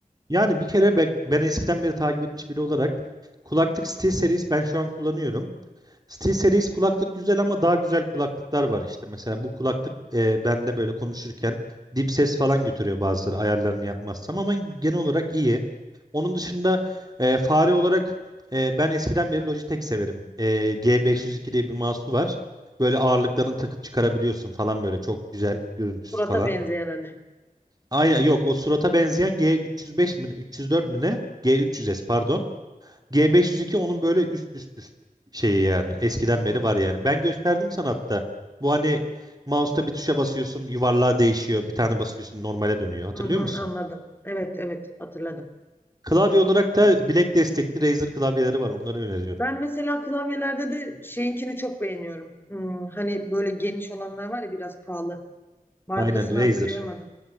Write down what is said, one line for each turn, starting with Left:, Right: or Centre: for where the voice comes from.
Right: yani bir kere ben, ben eskiden beri takip etmiş biri olarak kulaklık SteelSeries ben şu an kullanıyorum. SteelSeries kulaklık güzel ama daha güzel kulaklıklar var işte. Mesela bu kulaklık e, bende böyle konuşurken dip ses falan götürüyor bazıları ayarlarını yapmazsam ama genel olarak iyi. Onun dışında e, fare olarak e, ben eskiden beri Logitech severim. E, G502 diye bir mouse'u var. Böyle ağırlıklarını takıp çıkarabiliyorsun falan böyle çok güzel görüntüsü
Left: Surata
Right: falan.
Left: benzeyen hani.
Right: Aynen yok o surata benzeyen G305 mi ne, 304 mi ne? G300S pardon. G502 onun böyle üst üst üst şeyi yani. Eskiden
Left: Hı hı.
Right: beri var yani. Ben gösterdim sana hatta. Bu hani mouse'ta bir tuşa basıyorsun, yuvarlağa değişiyor. Bir tane basıyorsun, normale dönüyor. Hatırlıyor
Left: Hı hı,
Right: musun?
Left: anladım. Evet evet hatırladım.
Right: Klavye olarak da bilek destekli Razer klavyeleri var. Onları öneriyorum.
Left: Ben mesela klavyelerde de şeyinkini çok beğeniyorum. Hmm, hani böyle geniş olanlar var ya biraz pahalı. Markasını
Right: Aynen Razer.
Left: hatırlayamadım.